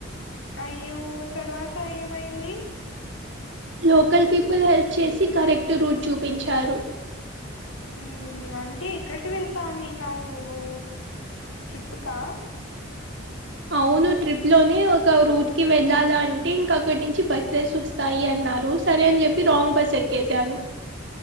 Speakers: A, on the left (about 90°); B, on the right (about 60°).
A: అయ్యో తర్వాత ఏమైంది
B: లోకల్ పీపుల్ హెల్ప్ చేసి కరెక్ట్ రూట్ చూపించారు
A: మ్ అంటే ఎక్కడికి వెళ్తా ఉనిన్నవ్ నువ్వు ట్రిప్పుకా
B: అవును ట్రిప్ లోనే ఒక రూట్ కి వెళ్ళాలంటే ఇంక అక్కడి నుంచి బస్సెస్ వస్తాయి అన్ న్నారు సరే అని చెప్పి రాంగ్ బస్ ఎక్కేసాను